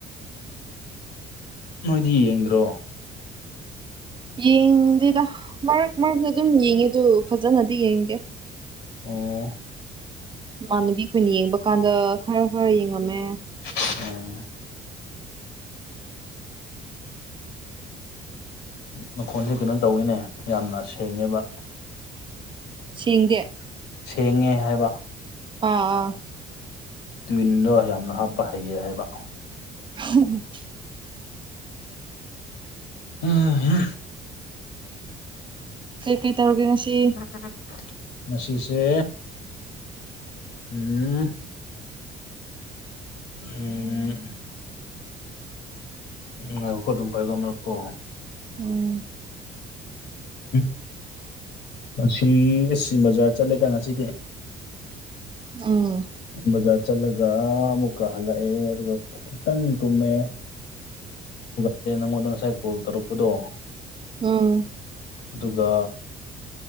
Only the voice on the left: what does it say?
ꯅꯣꯏꯗꯤ ꯌꯦꯡꯗ꯭ꯔꯣ꯫
ꯑꯣ꯫
ꯎꯝ ꯃꯈꯣꯜꯗꯤ ꯀꯩꯅꯣ ꯇꯧꯋꯤꯅꯦ ꯌꯥꯝꯅ ꯁꯦꯡꯉꯦꯕ
ꯁꯦꯡꯉꯦ ꯍꯥꯏꯕ
ꯇ꯭ꯋꯤꯟꯗꯣ ꯌꯥꯝꯅ ꯍꯥꯞꯄ ꯍꯩꯌꯦ ꯍꯥꯏꯕ
ꯎꯝ
<unintelligible> ꯉꯁꯤꯁꯦ ꯎꯝ꯫ ꯎꯝ꯫ ꯎꯝꯍꯨꯝ ꯑꯗꯨꯝ ꯄꯥꯏꯌꯨꯀꫭ ꯑꯃꯔꯛꯀꯣ꯫
ꯎ ꯉꯁꯤ ꯑꯁꯤ ꯕꯖꯥꯔ ꯆꯠꯂꯦꯗ ꯉꯁꯤꯗꯤ꯫
ꯕꯖꯥꯔ ꯆꯠꯂꯒ ꯑꯃꯨꯛꯀ ꯍꯜꯂꯛꯑꯦ ꯑꯗꯨꯒ ꯈꯤꯇꯪ ꯇꯨꯝꯃꯦ꯫ ꯍꯧꯒꯠꯂꯦꯅꯥ ꯅꯪꯉꯣꯟꯗ ꯉꯁꯥꯏ ꯀꯣꯜ ꯇꯧꯔꯛꯄꯗꯣ꯫
ꯑꯗꯨꯒ꯫